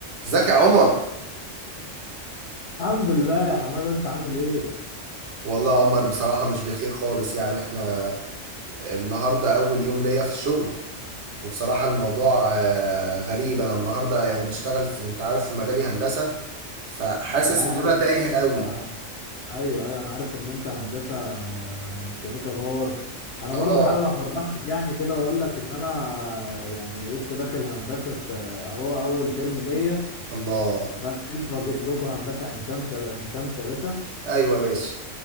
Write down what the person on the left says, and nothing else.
الحمد لله يا حماده انت عامل ايه
انا عارف
اه ان
انت ايوه ايوه انا عارف ان انت هندسه ميكانيكا باور انا
برضو حابب افرحك يعني كده واقول لك ان انا يعني لسه داخل هندسه س- اهو اول ترم ليا
دخلت لكم جيت لكم هندسه عين شمس عين شمس يا باشا